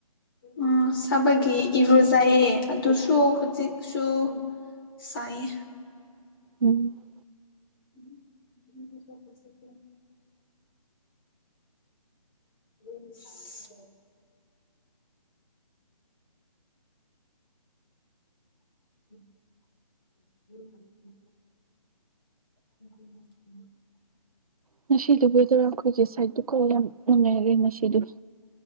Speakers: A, on the left (about 35°); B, on the right (about 75°).
A: ꯎꯝ ꯁꯥꯕꯒꯤ ꯏꯔꯨꯖꯩꯏꯌꯦ ꯑꯗꯨꯁꯨ ꯍꯧꯖꯤꯛꯁꯨ ꯇꯥꯏꯌꯦ
B: ꯎꯝ
A: <unintelligible> <unintelligible> <unintelligible> <unintelligible>
B: ꯉꯁꯤꯗꯨꯕꯨ ꯋꯦꯗꯔ ꯈꯣꯏꯒꯤ ꯁꯥꯏꯠꯇꯨꯀꯣ ꯌꯥꯝ ꯅꯨꯡꯉꯥꯏꯔꯦ ꯉꯁꯤꯗꯣ